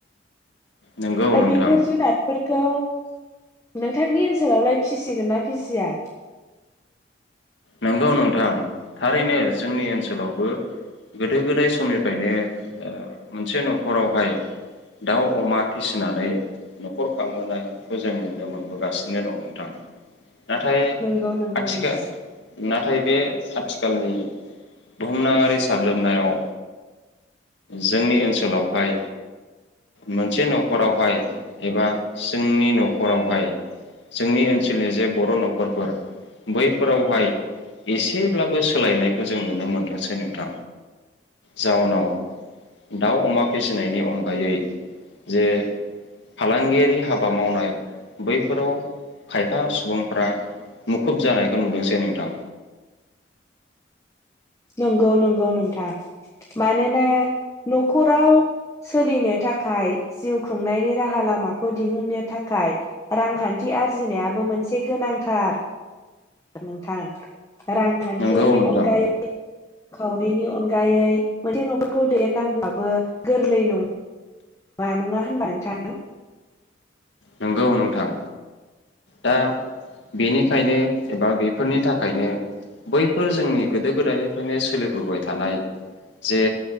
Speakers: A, on the left (about 75°); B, on the left (about 15°).
A: नंगौ
B: दा
A: नोंथां
B: बेफोर जुनार फोर खौ नोंथांनि ओनसोलावलाय फिसिगोन ना फिसिया?
A: नंगौ नोंथां थारैनो जोंनि ओनसोलावबो गोदो गोदाय समनिफ्रायनो ओ मोनसे न'खरावहाय दाउ अमा फिसिनानै न'खर खांबोनायखौ जों नुनो मोनबोगासिनो दं नोंथां। नाथाय
B: नंगौ नंगौ
A: आथिखाल
B: नोंथां
A: नाथाय बे आथिखालनि बुहुमनाङारि साग्लोबनायाव जोंनि ओनसोलावहाय मोनसे न'खरावहाय एबा जोंनि न'खरावहाय जोंनि ओनसोलनि जे बर' न'खरफोर बैफोरावहाय एसेब्लाबो सोलायनायखौ जों नुनो मोनदोंसै नोंथां जाउनाव दाउ अमा फिसिनायनि अनगायै जे फालांगियारि हाबा मावनाय बैफोराव खायफा सुबुंफ्रा मुखुब जानायखौ नुदोंसै नोंथां।
B: नंगौ नंगौ नोंथां मानोना न'खराव सोलिनो थाखाय जिउ खुंनायनि राहा लामाखौ दिहुननो थाखाय रांखान्थि आरजिनायाबो मोनसे गोनांथार नोंथां। रांखान्थिनि
A: नंगौ नोंथां
B: अनगायै खावरिनि अनगायै मोनसे न'फोरखौ दैदेननांगौआबो गोरलै नङा नङा होनबा नोंथां।
A: नंगौ नोंथां दा बेनिखायनो एबा बेफोरनि थाखायनो बैफोर जोंनि गोदो गोदायनिफ्रायनो सोलिबोबाय थानाय जे